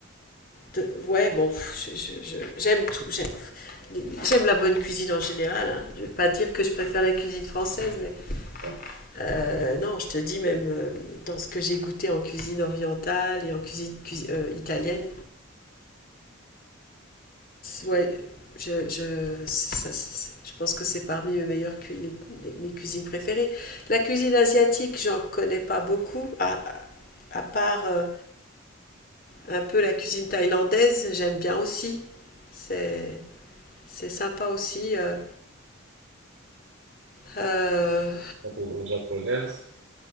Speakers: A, on the left (about 45°); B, on the right (about 70°).
A: De- ouais, bon, je- je- je- j'aime tout. J'aime, j'aime la bonne cuisine en général. hein. Je ne vais pas dire que je préfère la cuisine française, mais
B: Ouais.
A: euh, non, je te dis même euh, dans ce que j'ai goûté en cuisine orientale et en cuisine cui- euh, italienne, ouais, je, je, c'est- ça- je pense que c'est parmi mes meilleures cu- les- mes, mes cuisines préférées. La cuisine asiatique, j'en connais pas beaucoup, à, à- à part euh, un peu la cuisine thaïlandaise, j'aime bien aussi. C'est C'est sympa aussi. euh, euh,
B: La cuisine japonaise,